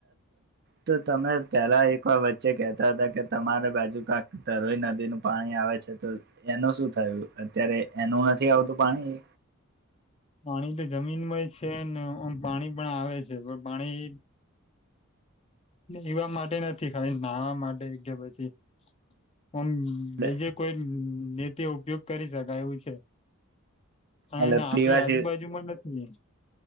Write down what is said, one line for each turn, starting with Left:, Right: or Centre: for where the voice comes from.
Right: તો તમે પહેલા એકવાર વચ્ચે કેહતા હતા કે તમારે રાજુ કાકા તરોઈ નદીનું પાણી આવે છે તો એનું શું થયું અત્યારે એનું નથી આવતું પાણી
Left: પાણી તો જમીનમાં છે નેમ પાણી પણ આવે છે પણ પાણી એવા માટે નથી ખાલી નાહવા માટે કે પછી આમ
Right: એટલે
Left: બે જે કોઈ ને તે ઉપયોગ કરી શકાય એવું છે. હા
Right: એટલે
Left: એને આપ
Right: પીવા
Left: પડી આજુબાજુમાં
Right: છે.
Left: નથી.